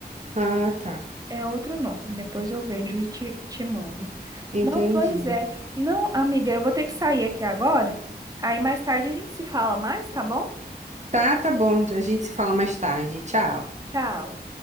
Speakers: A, on the right (about 45°); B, on the right (about 20°).
A: Ah, tá.
B: É outro nome. Depois eu vejo e te, te mando.
A: Entendi.
B: Não, pois é. Não, amiga, eu vou ter que sair aqui agora. Aí mais tarde a gente se fala mais, tá bom?
A: Tá, tá bom. A gente se fala mais tarde. Tchau.
B: Tchau.